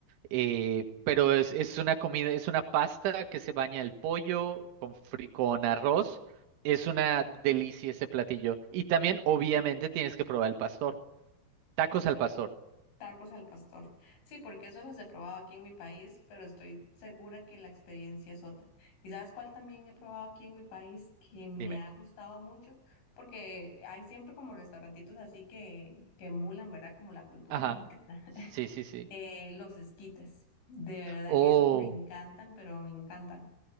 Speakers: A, on the right; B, on the left.
A: Eh, pero es, es una comida, es una pasta que se baña el pollo con, fri- con arroz. Es una delicia ese platillo. Y también, obviamente, tienes que probar el pastor. Tacos al pastor,
B: Tacos al pastor. Sí, porque eso los he probado aquí en mi país, pero estoy segura que la experiencia es otra. ¿Y sabes cuál también he probado aquí en mi país que me
A: dime.
B: ha gustado mucho? Porque hay siempre como restaurantitos así que, que emulan, ¿verdad? Como la cultura
A: Ajá.
B: mexicana.
A: Sí,
B: <laughs>
A: sí, sí.
B: Eh, los esquites. De verdad
A: oh
B: que esos me encantan, pero me encantan.